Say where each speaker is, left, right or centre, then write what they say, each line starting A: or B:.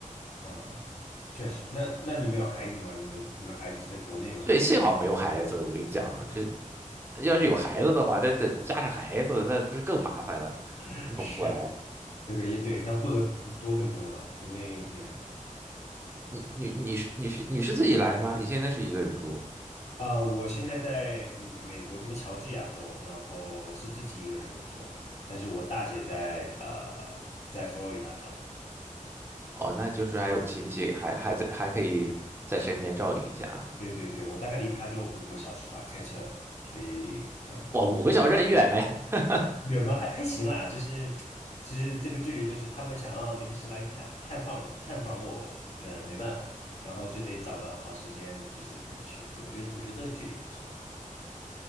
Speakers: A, on the left (about 55°); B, on the right (about 15°).
A: 呃，确实，那那你们有孩子吗？你们你们孩子是在国内吗？
B: 对，幸好没有孩子，我跟你讲，
A: 嗯，
B: 这要是有孩子的话，再再加上孩子，那不是更麻烦了，
A: <laughs>
B: 弄不过来。
A: 是。这个也对，要过得更多更多了，说不定嗯，
B: 你你你是你是你是自己来吗？
A: 就是
B: 你现在是一个人住？
A: 啊、我现在在嗯美国这边乔治亚州，然后是自己一个人没错，但是我大姐在呃在佛罗里达州，
B: 哦，那就是还有亲戚，还还在还可以在身边照应一下。
A: 对对对，我大概离她就五个小时吧，开车，所以嗯不
B: 哇，五个小时很远呢。<laughs>
A: 远吗？还还行啦，就是其实这个距离就是他们想要临时来探探访探访我，那、没办法，然后就得找个好时间就是回去，就我觉得我觉得这个距离不错。